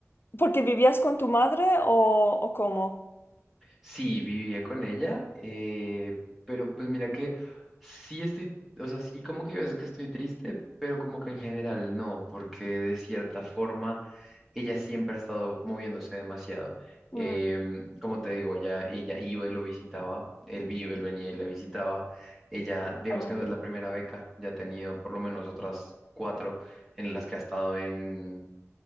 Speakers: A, on the left (about 45°); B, in the centre.
A: ¿Porque vivías con tu madre o, o cómo?
B: Sí, vivía con ella, eh, pero pues mira que sí estoy, o sea, sí como que a veces que estoy triste, pero como que en general no, porque de cierta forma ella siempre ha estado moviéndose demasiado.
A: Mm,
B: Em, como te digo, ella, ella iba y lo visitaba, él, vi él venía y la visitaba. Ella, digamos
A: algo.
B: que no es la primera beca, ya ha tenido por lo menos otras cuatro en las que ha estado en,